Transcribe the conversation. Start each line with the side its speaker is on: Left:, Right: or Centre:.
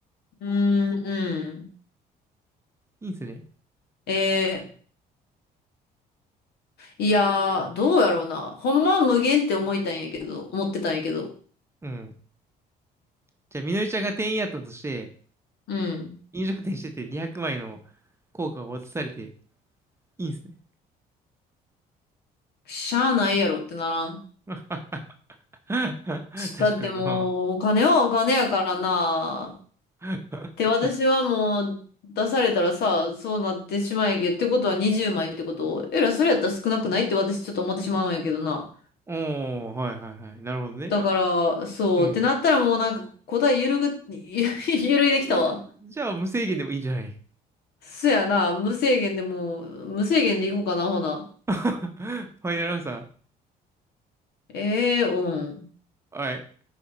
Left: うーん、うん。
Right: いいんすね。
Left: えー、いやー、どうやろうな。ほんまは無限って思いたんやけど、思ってたんやけど。
Right: うん。じゃあ、みのりちゃんが店員やったとして、
Left: うん。
Right: 飲食店してて200枚の硬貨を渡されて、いいんすね。
Left: しゃあないやろってならん。
Right: <laughs> 確か
Left: だってもう、
Right: にな。
Left: お金はお金やからな。っ
Right: <laughs>
Left: て私はもう、出されたらさ、そうなってしまうんやけど、ってことは20枚ってことえら、それやったら少なくないって私ちょっと思ってしまうんやけどな。
Right: おー、はいはいはい。なるほどね。
Left: だから、そう、
Right: うん。
Left: ってなったらもうなんか答えゆるぐ、<laughs> ゆ、ゆるいできたわ。
Right: えじじゃあ、無制限でもいいんじゃない
Left: そやな、無制限でもう、無制限でいこうかな、ほな。
Right: <laughs> ファイナルアンサ
Left: ええうん。
Right: ー。はい。